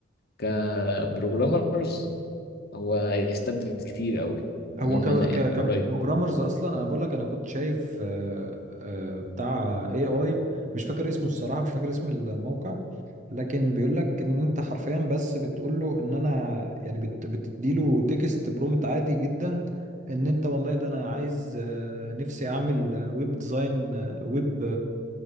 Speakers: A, on the left (about 55°); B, on the right (about 40°).
A: كبروجرامرز هو هيستبدل كتير قوي
B: هو
A: مننا
B: ك ك
A: يعني
B: كبروجرامرز
A: قريب
B: اصلا انا بقول لك انا كنت شايف آه، آه، بتاع اي اي مش فاكر اسمه الصراحة مش فاكر اسم الموقع لكن بيقول لك ان انت حرفيا بس بتقول له ان انا يعني بت بتديله تكست برومت عادي جدا ان انت والله ده انا عايز آه، نفسي اعمل ويب ديزاين ويب